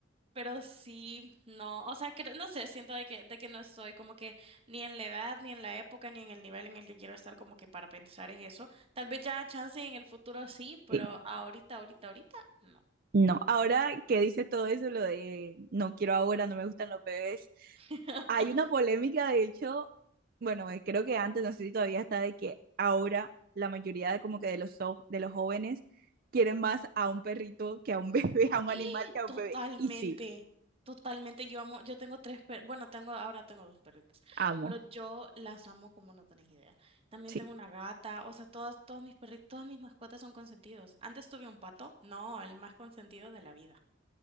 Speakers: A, on the right; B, on the right.
A: pero sí, no, o sea, que, no sé, siento de que, de que no estoy como que ni en la edad, ni en la época, ni en el nivel en el que quiero estar como que para pensar en eso. Tal vez ya chance en el futuro sí, pero
B: sí.
A: ahorita, ahorita, ahorita, no.
B: No, ahora que dices todo eso, lo de no quiero ahora, no me gustan los bebés,
A: <laughs>
B: hay una polémica, de hecho, bueno, eh, creo que antes, no sé si todavía está, de que ahora la mayoría de como que de los, jo- de los jóvenes quieren más a un perrito que a un bebé, <laughs> a un
A: ¡Eh!
B: animal que a
A: Totalmente,
B: un bebé. Y sí,
A: totalmente. Yo amo, yo tengo tres perros, bueno, tengo, ahora tengo dos perritas,
B: amo.
A: pero yo las amo como no tenés idea. También
B: sí.
A: tengo una gata, o sea, todas, todos mis perritos, todas mis mascotas son consentidos. Antes tuve un pato, no, el más consentido de la vida.